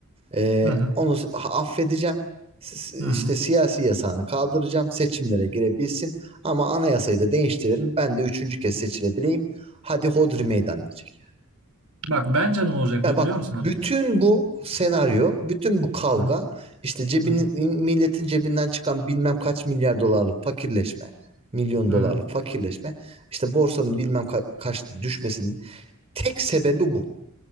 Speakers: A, on the right; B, on the right.
A: Ee,
B: hı hı.
A: onu s- affedeceğim. S-
B: hı hı.
A: işte siyasi yasağını kaldıracağım. Seçimlere girebilsin. Ama anayasayı da değiştirelim. Ben de üçüncü kez seçilebileyim. Hadi hodri meydan diyecek.
B: Bak bence ne olacak
A: Ya
B: bili-
A: bak
B: biliyor musun abi?
A: bütün bu senaryo, bütün bu kavga
B: Hı hı
A: işte cebinin
B: hı hı.
A: milletin cebinden çıkan bilmem kaç milyar dolarlık fakirleşme, milyon
B: hı
A: dolarlık
B: hı.
A: fakirleşme, işte borsanın bilmem ka- kaç düşmesinin tek sebebi bu.